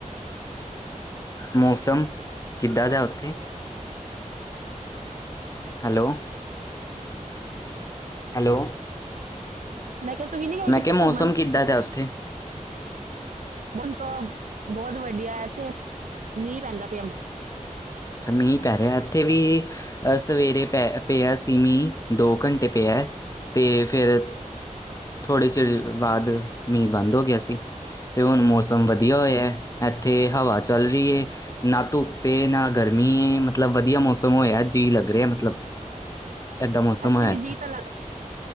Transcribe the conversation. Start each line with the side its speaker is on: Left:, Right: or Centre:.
Left: ਮੌਸਮ ਕਿੱਦਾਂ ਦਾ ਉੱਥੇ। ਹੈਲੋ। ਹੈਲੋ।
Right: ਮੈਂ ਕਿਹਾ ਤੁਸੀਂ ਨੀ ਗਏ
Left: ਮੈਂ
Right: ਕਿੱਥੇ
Left: ਕਿਹਾ ਮੌਸਮ
Right: ਘੁੰਮਣ।
Left: ਕਿੱਦਾਂ ਦਾ ਉੱਥੇ
Right: ਹੁਣ ਤਾਂ ਬਹੁਤ ਵਧੀਆ ਐਥੇ ਮੀਂਹ ਪੈਂਦਾ ਪਿਆ
Left: ਅੱਛਾ ਮੀਂਹ ਪੈ ਰਿਹਾ ਇੱਥੇ ਵੀ ਸਵੇਰੇ ਪੈ ਪਿਆ ਸੀ ਮੀਂਹ ਦੋ ਘੰਟੇ ਪਿਆ ਤੇ ਫਿਰ ਥੋੜ੍ਹੇ ਚਿਰ ਬਾਅਦ ਮੀਂਹ ਬੰਦ ਹੋ ਗਿਆ ਸੀ। ਤੇ ਹੁਣ ਮੌਸਮ ਵਧੀਆ ਹੋਇਆ। ਐਥੇ ਹਵਾ ਚੱਲ ਰਹੀ ਏ ।ਨਾ ਧੁੱਪ ਏ, ਨਾ ਗਰਮੀ, ਮਤਲਬ ਵਧੀਆ ਮੌਸਮ ਹੋਇਆ। ਜੀਅ ਲੱਗ ਰਿਹਾ, ਮਤਲਬ। ਏਦਾਂ ਮੌਸਮ
Right: ਐਥੇ
Left: ਹੋਇਆ
Right: ਵੀ
Left: ਇੱਥੇ
Right: ਜੀ ਤਾਂ ਲੱਗ, <unintelligible>